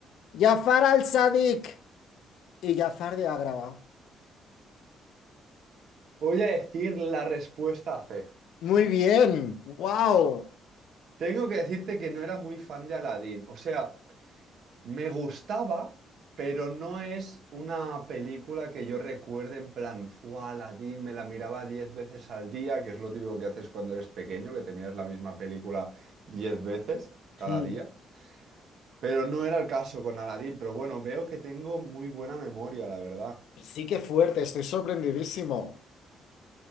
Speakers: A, on the left; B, on the right.
A: ¿Jafar al-Sadiq? Y Jafar de Agrava.
B: Voy a decir la respuesta C.
A: Muy bien, wow.
B: Tengo que decirte que no era muy fan de Aladdin. O sea, Me gustaba, pero no es una película que yo recuerde en plan, fue La me la miraba diez veces al día, que es lo típico que haces cuando eres pequeño, que te miras la misma película diez veces cada
A: Mm.
B: día. Pero no era el caso con Aladdin, pero bueno, veo que tengo muy buena memoria, la verdad.
A: Sí que fuerte, estoy sorprendidísimo.